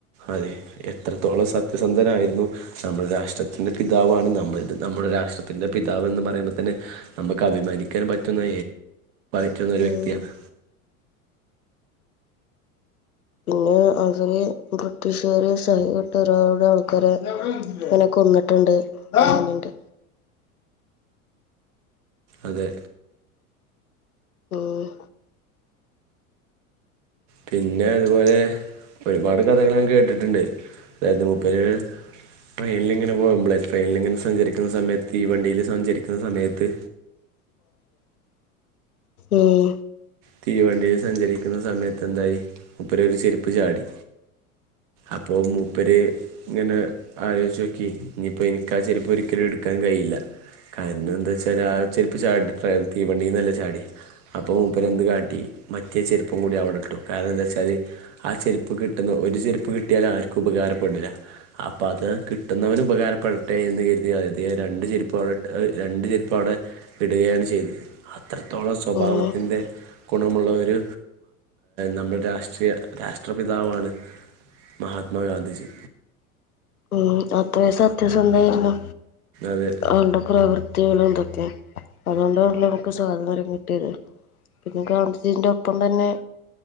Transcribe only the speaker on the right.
അതെ എത്രത്തോളം സത്യസന്ധനായിരുന്നു നമ്മുടെ രാഷ്ട്രത്തിന്റെ പിതാവാണ് നമ്മ നമ്മുടെ രാഷ്ട്രത്തിന്റെ പിതാവ്ന്ന് പറയുമ്പോ തന്നെ നമുക്ക് അഭിമാനിക്കാൻ പറ്റുന്ന മറ്റൊരു വ്യക്തിയാണ്
അദെ
പിന്നെ അതുപോലെ ഒരുപാട് കഥകള് ഞൻ കേട്ട്ട്ട്ണ്ട് തായത് <unintelligible> ട്രെയിൻ‌ലിങ്ങനെ പോകുമ്പളേ ട്രെയിന്‌ലിങ്ങന സഞ്ചരിക്കുന്ന സമയത്തീവണ്ടീല് സഞ്ചരിക്കുന്ന സമയത്ത്
തീവണ്ടീൽ സഞ്ചരിക്കുന്ന സമയത്തെന്തായി മുപ്പര ഒര് ചെരുപ്പ് ചാടി അപ്പൊ മൂപ്പര് ഇങ്ങനെ ആലോയ്‌ചോക്കി ഞ്ഞിപ്പോ എനിക്കാ ചെരിപ്പൊരിക്കലു എടുക്കാൻ കഴിയില്ല കാരണം എന്താ വെച്ചാ ആ ചെരുപ്പ് ചാടി തീവണ്ടിനല്ലെ നല്ല ചാടിയെ അപ്പൊ പ്പരെന്ത് കാട്ടി മറ്റേ ചെരുപ്പും കൂടി അവടട്ടു കാരണം ന്താച്ചാല് ആ ചെരുപ്പ് കിട്ടുന്ന ഒരു ചെരുപ്പ് കിട്ടിയാൽ ആർക്കും ഉപകാരപ്പെടില്ല അപ്പ അത് കിട്ടുന്നവന് ഉപകാരപ്പെടട്ടെ എന്ന് കരുതി അതിയെ രണ്ട് ചെരുപ്പു അവിടട്ട് അഅ് രണ്ട് ചെരുപ്പു അവടെ പിടുകയാണ് ചെയ്ത് അത്രത്തോളം സ്വഭാവത്തിൻ്റെ
ഗുണമുള്ളവര് നമ്മുടെ രാഷ്ട്രീയ രാഷ്ട്രപിതാവാണ് മഹാത്മാ ഗാന്ധിജ്
അതെ